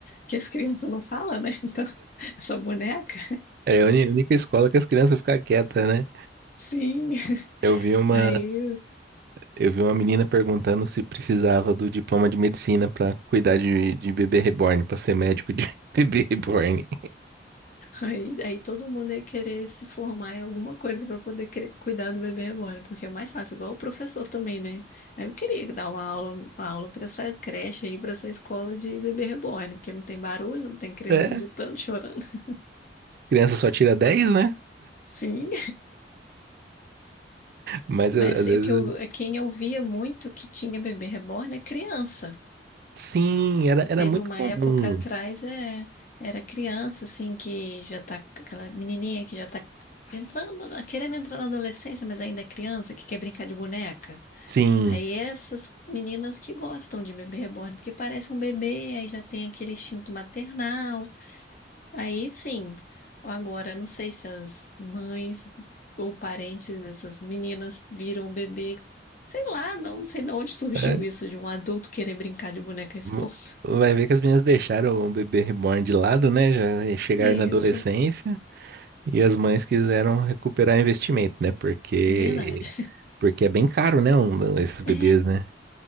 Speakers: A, on the left (about 45°); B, on the right (about 55°).
A: que as crianças não falam, né? Então, <laughs> essa boneca.
B: É a uni- única escola que as crianças ficam quietas, né?
A: Sim.
B: Eu vi uma,
A: Aí,
B: eu vi uma menina perguntando se precisava do diploma de medicina pra cuidar de, de bebê reborn, pra ser médico de <laughs> bebê reborn.
A: aí, aí todo mundo ia querer se formar em alguma coisa para poder cre- cuidar do bebê reborn, porque é mais fácil, igual o professor também, né? Aí eu queria dar uma aula, uma aula para essa creche aí, para essa escola de bebê reborn, porque não tem barulho, não tem criança
B: É,
A: gritando, chorando. <laughs>
B: criança só tira dez, né?
A: Sim,
B: Mas eu-
A: mas
B: às
A: o
B: vezes.
A: que eu, quem eu via muito que tinha bebê reborn é criança.
B: Sim, era, era
A: Teve
B: muito
A: uma
B: comum.
A: época atrás, é, era criança, assim, que já tá, aquela menininha que já tá entrando, na- querendo entrar na adolescência, mas ainda é criança, que quer brincar de boneca.
B: Sim.
A: Aí essas meninas que gostam de bebê reborn, porque parece um bebê, aí já tem aquele instinto maternal. Aí sim, agora não sei se as mães ou parentes dessas meninas viram o bebê, sei lá, não sei de onde surgiu
B: É,
A: isso, de um adulto querer brincar de boneca a esse
B: M-
A: ponto.
B: Vai ver que as meninas deixaram o bebê reborn de lado, né? Já chegaram
A: <laughs> Isso.
B: na adolescência e as mães quiseram recuperar investimento, né? Porque,
A: Verdade.
B: porque é bem caro, né? Um, esses bebês,
A: É,
B: né?